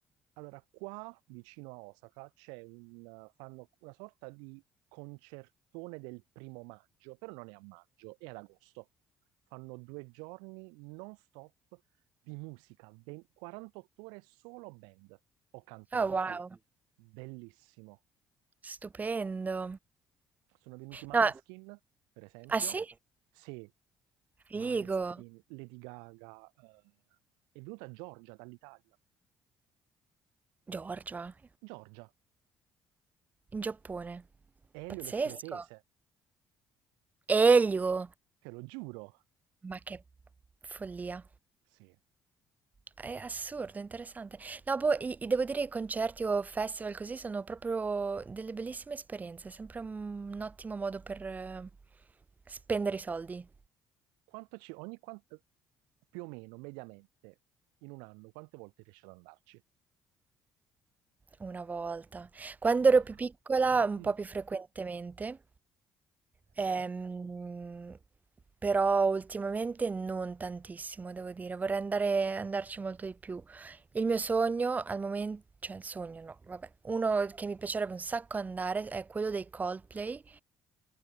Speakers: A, on the right; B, on the right.
A: Allora, qua vicino a Osaka c'è un, fanno una sorta di concertone del primo maggio, però non è a maggio, è ad agosto. Fanno due giorni non stop di musica, ben- 48 ore solo band o cantanti.
B: Oh, wow.
A: Bellissimo.
B: Stupendo.
A: Sono venuti Maneskin,
B: No,
A: per esempio.
B: ah sì?
A: Sì,
B: Figo.
A: Maneskin, Lady Gaga, eh, è venuta Giorgia dall'Italia.
B: Georgia,
A: Giorgia,
B: in Giappone.
A: Elio
B: Pazzesco.
A: e le storie tese,
B: Elio.
A: te lo giuro.
B: Ma che follia.
A: Sì.
B: È assurdo, interessante. No, boh, i- i- devo dire che concerti o festival così sono proprio delle bellissime esperienze, è sempre un, un ottimo modo per eh, spendere i soldi.
A: Quanto ci, ogni quanto, più o meno, mediamente, in un anno, quante volte riesce ad andarci?
B: Una volta. Quando ero
A: Ah,
B: più piccola, un
A: mm.
B: po' più frequentemente.
A: Sì.
B: Ehm, però ultimamente non tantissimo, devo dire, vorrei andare, andarci molto di più. Il mio sogno al momento, cioè il sogno no, vabbè, uno che mi piacerebbe un sacco andare è quello dei Coldplay,